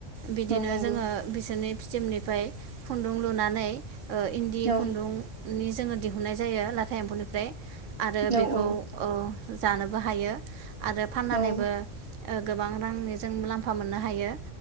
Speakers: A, on the right; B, on the right.
A: बिदिनो
B: औ नंगौ
A: जोङो बिसोरनि फिथोबनिफ्राय खुन्दुं लुनानै ओ इन्दि
B: औ
A: खुन्दुं नि जोङो दिहुननाय जायो लाथा एम्फौनिफ्राय आरो बेखौ
B: औ औ
A: ओ जानोबो हायो आरो फाननानैबो
B: औ
A: गोबां रांनि जों मुलाम्फा मोननो हायो।